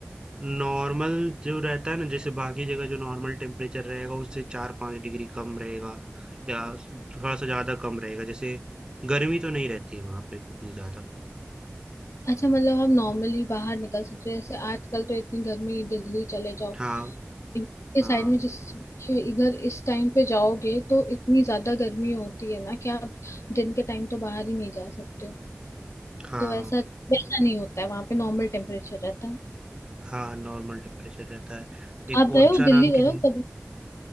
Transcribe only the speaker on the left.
अच्छा मतलब आप नॉर्मली बाहर निकल सकते हो जैसे आजकल तो इतनी गर्मी दिल्ली चले जाओ
के
साइड में जिस इधर इस टाइम पे जाओगे तो इतनी ज्यादा गर्मी होती है ना कि आप दिन के टाइम तो बाहर ही नहीं जा सकते हो।
तो वैसा वैसा नहीं होता है वहां पे नॉर्मल टेम्परेचर रहता है
आप गए
हो
दिल्ली
गए
हो कभी